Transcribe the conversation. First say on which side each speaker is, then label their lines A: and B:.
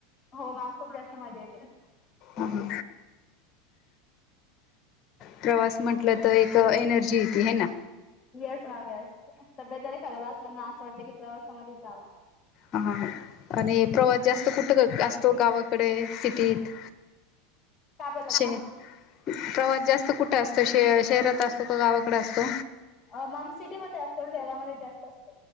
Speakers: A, on the left (about 25°); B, on the left (about 45°).
A: हो मॅम खूप जास्त मजा येते.
B: हम्म प्रवास म्हंटलं त एक एनर्जी येती है ना?
A: येस मॅम येस, तब्येत जरी खराब असली ना, असं वाटतं की प्रवासामध्येच जावा.
B: आह ह आणि प्रवास जास्त कुठं क असतो गावाकडे, सिटीत?
A: काय बोललात
B: शहे प्रवास जास्त कुठे असतो? शेह शहरात असतो का गावाकडे असतो
A: अ मम सिटी मध्ये असतो, शहरामध्ये जास्त अस